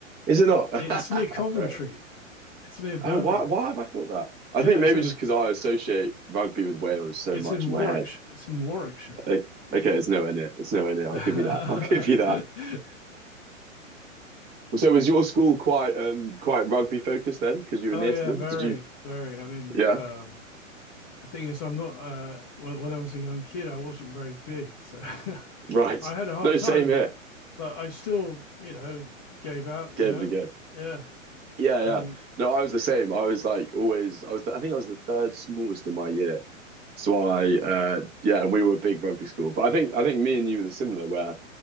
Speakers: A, on the right; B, on the left.
A: Is it not?
B: it's near
A: <laughs>
B: Coventry.
A: Fair enough.
B: It's near Birmingham.
A: Oh, why, why have I thought that? I
B: Yeah,
A: think
B: it's
A: maybe
B: in
A: just because I associate rugby with Wales so
B: it's
A: much
B: in
A: in
B: Warwickshire.
A: my head.
B: It's in Warwickshire.
A: Like, okay, it's nowhere near. It's nowhere
B: <laughs>
A: near. I'll
B: oh
A: give you that. I'll <laughs> give you that. So was your school quite um quite rugby focused then? Because you were
B: yeah,
A: near to them.
B: very,
A: Did you?
B: very. I mean,
A: Yeah.
B: um, the thing is, I'm not. Uh, when, when I was a young kid, I wasn't very big, so <laughs>
A: Right.
B: I had
A: <laughs>
B: a hard
A: No,
B: time.
A: same
B: But
A: here.
B: but I still, you know, gave out. You
A: Gave
B: know,
A: it a go.
B: yeah,
A: Yeah,
B: and
A: yeah. No, I was the same. I was like always. I was. I think I was the third smallest in my year. So I,
B: uh,
A: uh, yeah, and we were a big rugby school. But I think I think me and you were similar, where